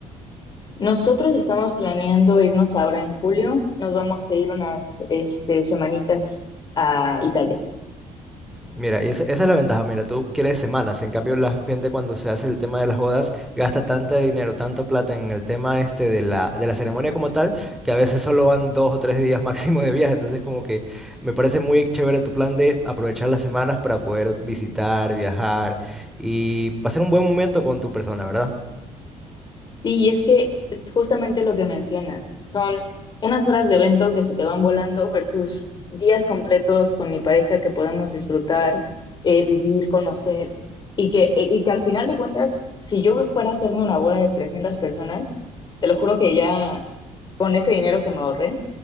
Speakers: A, on the left (about 30°); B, in the centre.
A: Nosotros estamos planeando irnos ahora en julio, nos vamos a ir unas, este, semanitas a Italia.
B: Mira, y esa, esa es la ventaja. Mira, tú quieres semanas. En cambio, la gente cuando se hace el tema de las bodas gasta tanto dinero, tanto plata en el tema este de la, de la ceremonia como tal, que a veces solo van dos o tres días <laughs> máximo de viaje. Entonces, como que me parece muy chévere tu plan de aprovechar las semanas para poder visitar, viajar y pasar un buen momento con tu persona, ¿verdad?
A: Sí, es que es justamente lo que mencionas, son unas horas de evento que se te van volando versus días completos con mi pareja que podemos disfrutar, eh, vivir, conocer, y que, y que al final de cuentas, si yo fuera a hacerme una boda de 300 personas, te lo juro que ya con ese dinero que me ahorré,